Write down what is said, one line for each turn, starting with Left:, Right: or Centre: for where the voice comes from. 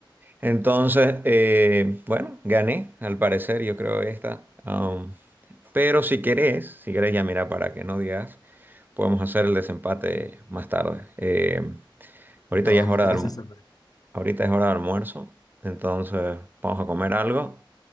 Right: Entonces, eh, bueno, gané, al parecer, yo creo esta. Am, pero si querés, si querés ya mira, para que no digas, podemos hacer el desempate más tarde. Eh, ahorita
Left: No,
Right: ya es
Left: me
Right: hora
Left: parece
Right: de, alm-
Left: súper.
Right: ahorita es hora de almuerzo, entonces vamos a comer algo